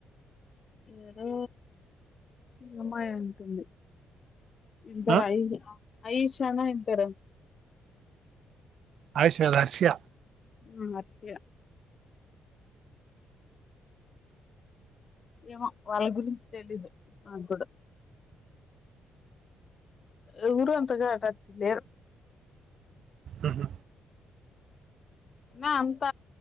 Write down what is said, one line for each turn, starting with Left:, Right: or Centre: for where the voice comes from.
Left: ఏదో ఈ అమ్మాయి అయ్యుంటుంది ఇంటర్
Right: ఆ
Left: అయింది ఆయిషా నా ఏం పేరు
Right: అయిషా కాదు అర్షియ
Left: ఆ మర్చి పోయా ఏమో వాళ్ళ గురించి తెలీదు నాకుడ ఎవరు అంతగా టచ్ లేరు
Right: ఉహు
Left: మే అంత